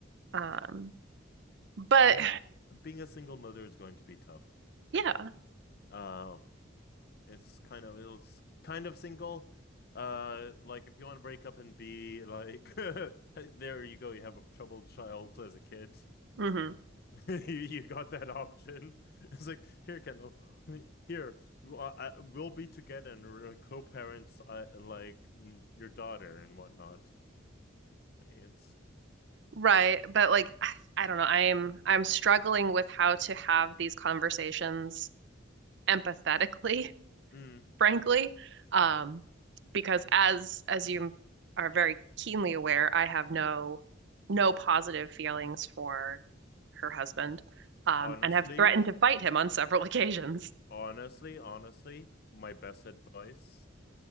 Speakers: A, on the right; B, on the left.
A: Um, but
B: Being being a single mother is going to be tough.
A: <sighs> yeah,
B: Uh, it's kind of it's kind of single. Uh, like if you want to break up and be like, <laughs> there you go, you have a troubled child as a kid.
A: hmm
B: <laughs> you got that option. It's like here, Kendall. Here, I- I- we'll be together and we're uh, co-parents, uh, like mm, your daughter and whatnot. And
A: right. But like, I, I don't know. I'm I'm struggling with how to have these conversations empathetically
B: mm,
A: frankly. Um, because as as you are very keenly aware, I have
B: mm.
A: no no positive feelings for her husband, um,
B: honestly,
A: and have threatened to fight him on several <laughs> occasions.
B: honestly, honestly, my best advice